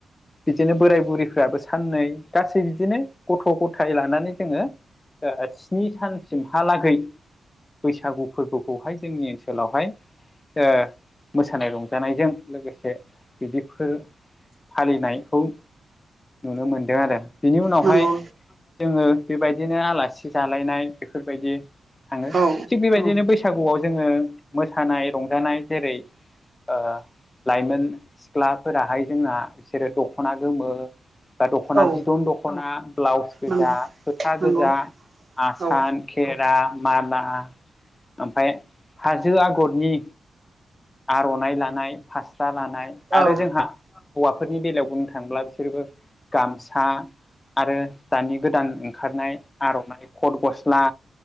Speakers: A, on the left; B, on the right.
A: बिदिनो बोराय बुरैफ्राबो साननै गासै बिदिनो गथ' गथाय लानानै जोङो ओ स्नि सानसिमहालागै बैसागु फोरबोखौहाय जोंनि ओनसोलावहाय ओ मोसानाय रंजानायजों लोगोसे बिदिफोर फालिनायखौ नुनो मोनदों आरो। बिनि उनावहाय
B: नंगौ
A: जोङो बेबायदिनो आलासि जालायनाय बेफोरबायदि थाङो
B: औ
A: थिग बेबायदिनो बै सागुआव जोङो मोसानाय रंजानाय जेरै ओ लाइमोन सिख्लाफोराहाय जोंना बिसोरो दख'ना गोमो बा दख'ना
B: औ
A: बिदन दख'ना ब्लाउस गोजा
B: नंगौ
A: फोथा
B: नंगौ
A: गोजा आसान
B: औ
A: खेरा माला ओमफाय हाजो आगरनि आर'नाइ लानाय फास्रा लानाय आरो
B: औ
A: जोंहा हौवाफोरनि बेलायाव बुंनो थाङोब्ला बिसोरबो गामसा आरो दानि गोदान ओंखारनाय आर'नाइ खद गस्ला